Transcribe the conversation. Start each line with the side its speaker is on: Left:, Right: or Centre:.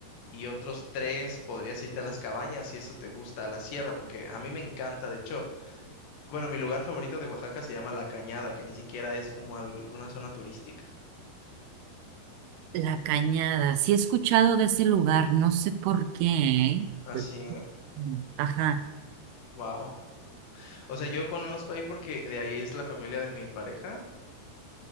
Left: y otros tres podrías irte a las cabañas si eso te gusta, a la sierra, porque a mí me encanta. De hecho, bueno, mi lugar favorito de Oaxaca se llama La Cañada, que ni siquiera es como al- una zona turística.
Right: La Cañada. Sí he escuchado de ese lugar, no sé por qué.
Left: Así,
Right: ¿eh? Ajá.
Left: Wow. O sea, yo conozco ahí porque de ahí es la familia de mi pareja